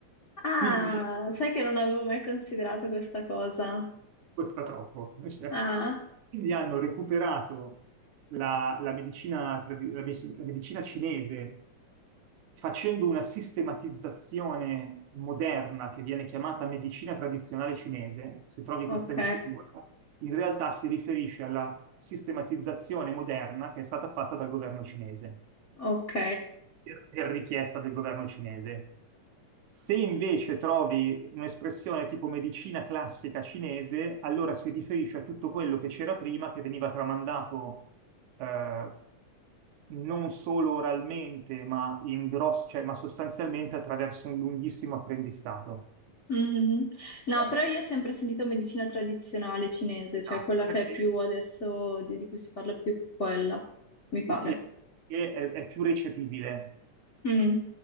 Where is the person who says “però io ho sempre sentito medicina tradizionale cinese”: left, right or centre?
Left